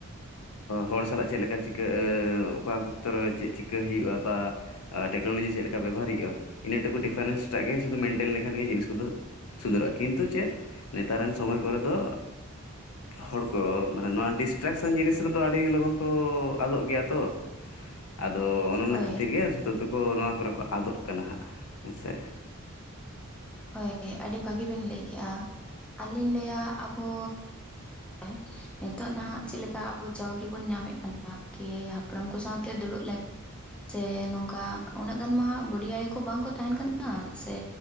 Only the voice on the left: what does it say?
ᱦᱚᱲ ᱥᱟᱞᱟᱜ ᱪᱮᱫ ᱞᱮᱠᱟ ᱪᱤᱠᱟᱹ ᱚᱠᱟ ᱚᱛᱠᱚᱨ ᱨᱮ ᱪᱮᱫ ᱪᱤᱠᱟᱹᱭ ᱦᱩᱭᱩᱜᱼᱟ ᱵᱟ᱾ ᱟᱨ ᱴᱮᱠᱱᱳᱞᱚᱡᱤ ᱪᱮᱫ ᱞᱮᱠᱟ ᱵᱮᱵᱚᱦᱟᱨ ᱦᱩᱭᱩᱜᱼᱟ ᱤᱱᱟᱹ ᱴᱩᱠᱩ ᱰᱤᱯᱷᱟᱨᱮᱱᱥ ᱴᱟᱜ ᱜᱮ ᱥᱩᱫᱩ ᱢᱮᱱᱴᱮᱱ ᱞᱮᱠᱷᱟᱱ ᱜᱮ ᱡᱤᱱᱤᱥ ᱠᱚᱫᱚ᱾ ᱥᱩᱫᱷᱟᱹᱨᱚᱜᱼᱟ ᱠᱤᱱ ᱛᱚ ᱪᱮᱫ ᱱᱮᱛᱟᱨ ᱨᱮᱱ ᱥᱚᱢᱚᱭ ᱠᱚᱨᱮ ᱫᱚᱼᱼ ᱦᱚᱲᱠᱚ ᱢᱟᱱᱮ ᱱᱚᱣᱟ ᱰᱤᱥᱴᱨᱟᱠᱥᱮᱱ ᱡᱤᱱᱤᱥ ᱨᱮᱫᱚ ᱟᱹᱰᱤ ᱞᱚᱜᱚᱱ ᱠᱚ ᱟᱫᱚᱜ ᱜᱮᱭᱟ ᱛᱚ᱿ <unintelligible> ᱟᱫᱚ ᱚᱱᱮ ᱚᱱᱟ
ᱠᱷᱟᱹᱛᱤᱨ ᱜᱮ ᱡᱷᱚᱛᱚ ᱛᱮᱠᱚ ᱱᱚᱣᱟ ᱠᱚᱨᱮ ᱠᱚ ᱟᱫᱚᱜ ᱠᱟᱱᱟ ᱦᱟᱸᱜ ᱦᱮᱸᱥᱮ᱿